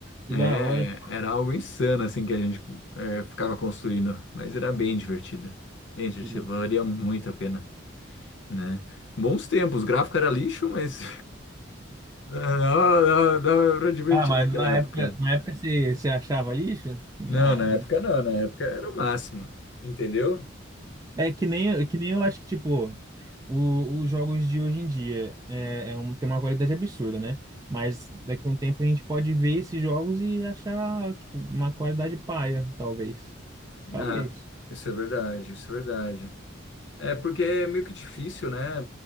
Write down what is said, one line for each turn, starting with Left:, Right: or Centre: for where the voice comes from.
Right: que
Left: É,
Right: da hora,
Left: era algo insano assim que a gente é, ficava construindo, mas era bem divertido. Bem divertido,
Right: que louco.
Left: valia muito a pena né? Bons tempos, o gráfico era lixo, mas <laughs> é, dava, dava, dava pra divertir
Right: Ah, mas
Left: naquela
Right: na
Left: época.
Right: época, na época você, você achava lixo?
Left: Não,
Right: Ah,
Left: na
Right: não.
Left: época não, na época era o máximo, entendeu?
Right: É que nem, que nem eu acho que, tipo, o- os jogos de hoje em dia é, é um, tem uma qualidade absurda, né? Mas daqui a um tempo a gente pode ver esses jogos e achar, tipo, uma qualidade paia, talvez. Talvez.
Left: Ah, isso é verdade, isso é verdade. É porque é meio que difícil, né?